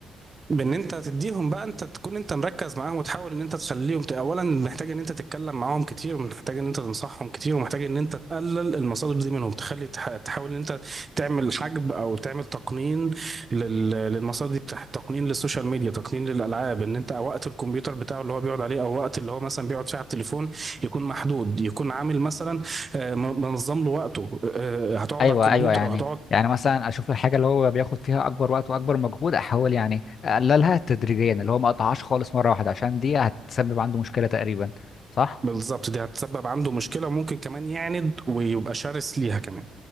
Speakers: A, on the right; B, on the left.
A: بان انت تديهم بقى انت تكون انت مركز معاهم وتحاول ان انت تخليهم ت- اولا محتاج ان انت تتكلم معاهم كتير ومحتاج ان انت تنصحهم كتير ومحتاج ان انت تقلل المصادر دي منهم تخلي تح- تحاول ان انت تعمل حجب او تعمل تقنين لل- للمصادر دي بتاع- تقنين للسوشيال ميديا تقنين للالعاب ان انت وقت الكمبيوتر بتاعه اللي هو بيقعد عليه او وقت اللي هو مثلا بيقعد فيه على التليفون يكون محدود يكون عامل مثلا آه، م- منظم له وقته آه، هتقعد
B: ايوه
A: على الكمبيوتر
B: ايوه يعني
A: او هتقعد
B: يعني مثلا اشوف الحاجه اللي هو بياخد فيها اكبر وقت واكبر مجهود احاول يعني اقللها تدريجيا اللي هو ما اقطعهاش خالص مره واحده عشان دي هتسبب عنده مشكله تقريبا صح
A: بالظبط دي هتسبب عنده مشكلة ممكن كمان يعند ويبقى شرس ليها كمان